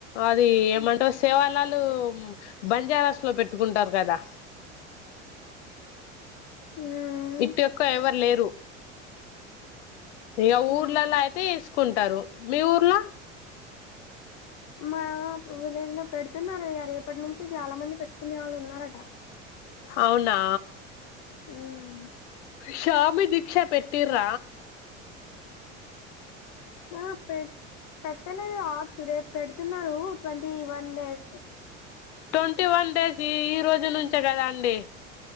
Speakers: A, on the left (about 65°); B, on the left (about 50°).
A: అది ఏమంటారు
B: ఉమ్
A: సేవ వాళు బంజారాస్ లో పెట్టుకుంటారు కదా
B: ఉమ్
A: ఇట్ ఒక్క ఎవరు లేరు ఇగ ఊర్లలా
B: ఉమ్.
A: అయితే ఏస్ కుంటారు మీ ఊర్ల
B: మా విలేజ్ లో పెడుతున్నారు ఇగ రేపటి నుంచి, చాలా మంది పెట్టుకునే వాళ్ళు ఉన్నారట.
A: అవునా
B: మ్మ్
A: శామి దీక్ష పెట్టిర్ర
B: ఆ పె పెట్టలేదు కావచ్చు రేపు పెడుతున్నారు twenty one days
A: twenty one days ఈ రోజు నుంచే కదా అండి